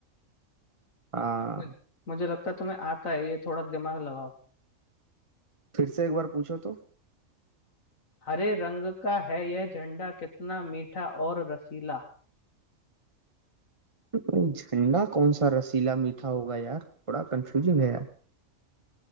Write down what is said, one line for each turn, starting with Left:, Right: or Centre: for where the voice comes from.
Right: हाँ
Left: मु- मुझे लगता है तुम्हें आता है ये थोड़ा दिमाग लगाओ
Right: फिर से एक बार पूछो तो
Left: हरे रंग का है यह झंडा कितना मीठा और रसीला
Right: नहीं, झंडा कौन सा रसीला मीठा होगा यार बड़ा कंफ्यूजिंग है यार